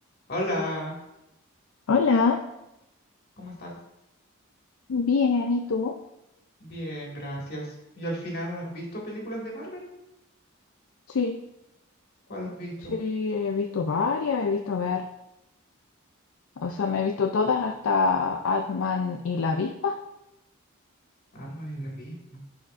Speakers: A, on the left; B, on the left.
A: Hola,
B: Hola,
A: ¿cómo estás?
B: Bien, ¿y tú?
A: Bien, gracias. ¿Y al final has visto películas de Marvel?
B: sí,
A: ¿Cuál has visto?
B: sí, he visto varias, he visto, a ver, o sea, me he visto todas hasta Atman y la avispa.
A: Ant-Man y la Avispa.